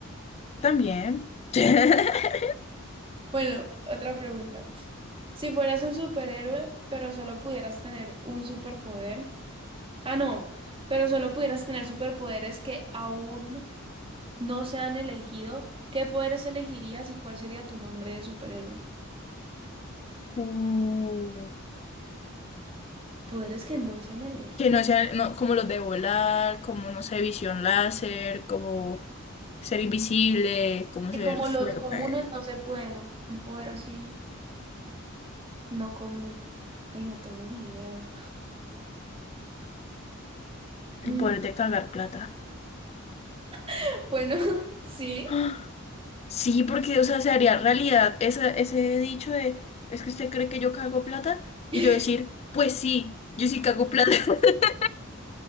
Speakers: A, on the left; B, on the right.
A: También. <laughs>
B: Bueno, otra pregunta. Si fueras un superhéroe, pero solo pudieras tener un superpoder. Ah, no, pero solo pudieras tener superpoderes que aún no se han elegido. ¿Qué poderes elegirías y cuál sería tu nombre de superhéroe?
A: Mm.
B: Poderes que no se han elegido.
A: Que no sean no, como los de volar, como, no sé, visión láser, como ser invisible, como
B: Y
A: ser
B: como
A: fuerte,
B: los comunes no se pueden, un, un poder así no común. Ay, no tengo ni idea. Mm,
A: el poder de cagar plata.
B: <laughs> bueno, <laughs> sí.
A: <gasps> ¡Ah! Sí, porque, o sea, se haría realidad esa- ese dicho de, es que usted cree que yo cago plata,
B: <laughs>
A: y yo decir, pues sí, yo sí cago plata. <laughs>